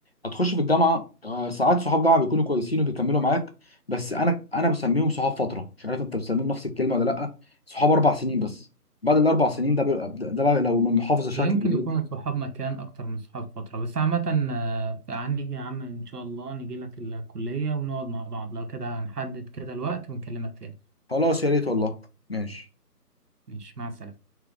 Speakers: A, on the left; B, on the right.
A: هتخش في الجامعه آه، ساعات صحاب جامعه بيكونوا كويسين وبيكملوا معاك بس انا انا بسميهم صحاب فتره مش عارف انت بتسميهم نفس الكلمه ولا لا صحاب اربع سنين بس بعد الاربع سنين ده بيبقى- ده بقى لو من محافظه شكل
B: يمكن
A: بيروح.
B: يكون الصحاب مكان اكتر من الصحاب فترة بس عامة آه، هنيجي يا عم ان شاء الله نجي لك الكلية ونقعد مع بعض لو كده هنحدد كده الوقت ونكلمك تاني
A: خلاص يا ريت والله ماشي
B: مش مع السلامة